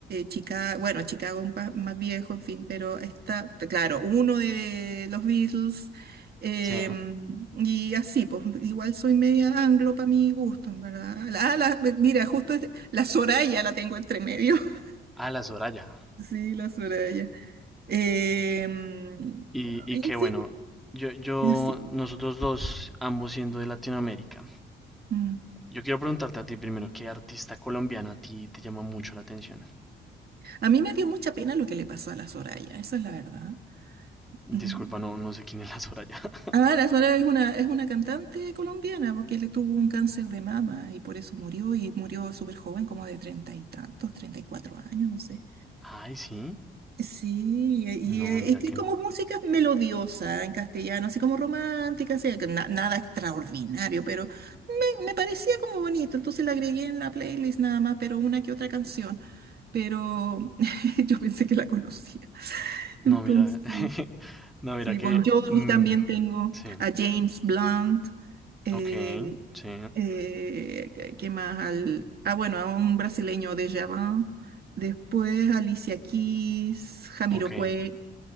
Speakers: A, on the right; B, in the centre.
A: Chicago, bueno, Chicago un pa- más viejo, en fin, pero está, claro, uno de los Beatles, Em,
B: Sí,
A: y así, pues igual soy media anglo para mi gusto, en verdad. La- la- mira, justo este- la Soraya la tengo entre medio. <laughs>
B: a la Soraya.
A: Sí, la Soraya. Em,
B: Y, y
A: en
B: que bueno,
A: fin,
B: yo, yo,
A: así.
B: nosotros dos, ambos siendo de Latinoamérica,
A: Mm.
B: yo quiero preguntarte a ti primero, ¿qué artista colombiana a ti te llama mucho la atención?
A: A mí me dio mucha pena lo que le pasó a la Soraya, esa es la verdad. Mm.
B: Disculpa, no, no sé quién es la Soraya. <laughs>
A: Ah, la Soraya es una, es una cantante colombiana porque le tuvo un cáncer de mama y por eso murió y murió súper joven, como de treinta y tantos, treinta y cuatro años, no sé.
B: Ay, sí.
A: Sí, eh, y
B: No,
A: eh,
B: mira
A: es que
B: que
A: como
B: no.
A: música melodiosa en castellano, así como romántica, así, que na- nada extraordinario, pero me, me parecía como bonito, entonces la agregué en la playlist nada más, pero una que otra canción, pero <laughs> yo pensé que la conocía.
B: No,
A: Entonces,
B: mira. <laughs> No, mira
A: sí,
B: que.
A: Bon Ah, Jovi
B: mm,
A: también tengo,
B: sí.
A: a James Blunt, eh,
B: Ok, sí.
A: eh, ¿qué qué más? Al, ah, bueno, a un brasileño de Javan. Después Alicia Keys, Jamiroquai.
B: Ok,